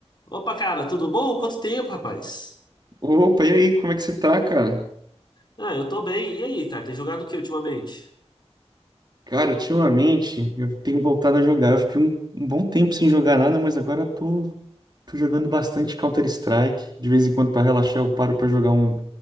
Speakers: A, on the left; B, on the right.
A: Opa, cara, tudo bom? Quanto tempo, rapaz?
B: Opa, e aí, como é que você tá, cara?
A: Ah, eu tô bem. E aí, cara, tem jogado o que ultimamente?
B: Cara, ultimamente eu tenho voltado a jogar. Eu fiquei um, um bom tempo sem jogar nada, mas agora eu tô, tô jogando bastante Counter-Strike. De vez em quando, pra relaxar, eu paro pra jogar um